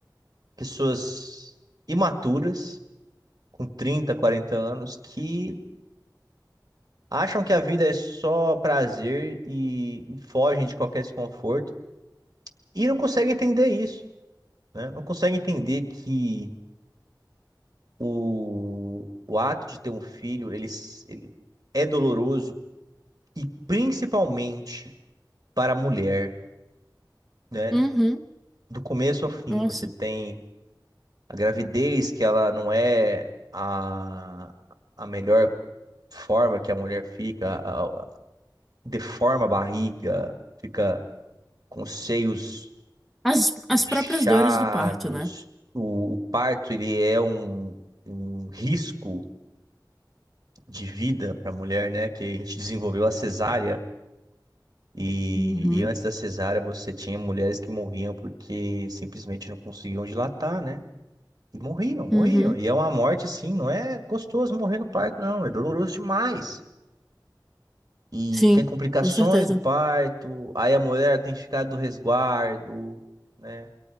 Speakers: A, on the right; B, in the centre.
A: pessoas imaturas, com 30, 40 anos, que acham que a vida é só prazer e fogem de qualquer desconforto e não conseguem entender isso, né? Não conseguem entender que o, o ato de ter um filho, ele, ele é doloroso e principalmente para a mulher, né?
B: Uhum,
A: do começo ao fim.
B: nossa.
A: Você tem a gravidez, que ela não é a, a melhor forma que a mulher fica, a- a- deforma a barriga, fica com os seios
B: As, as
A: inchados.
B: próprias dores do parto, né?
A: O, o parto, ele é um, um risco de vida para a mulher, né? Que a gente desenvolveu a cesárea. E,
B: Uhum,
A: e antes da cesárea, você tinha mulheres que morriam porque simplesmente não conseguiam dilatar, né? E morriam, morriam.
B: uhum.
A: E é uma morte assim, não é gostoso morrer no parto, não. É doloroso demais. E
B: Sim,
A: tem complicações
B: com certeza.
A: do parto, aí a mulher tem que ficar do resguardo, né?